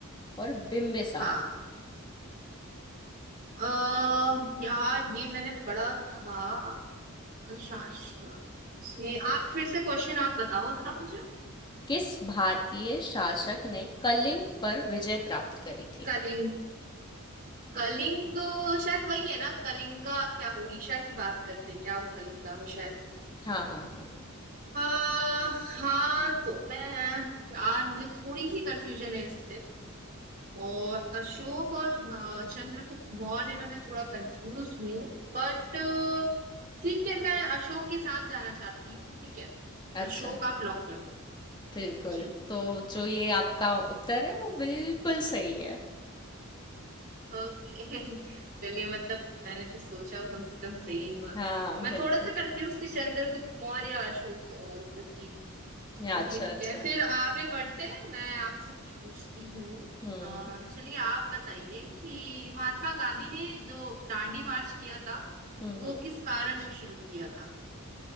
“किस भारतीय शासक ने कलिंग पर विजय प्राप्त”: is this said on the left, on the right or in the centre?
Left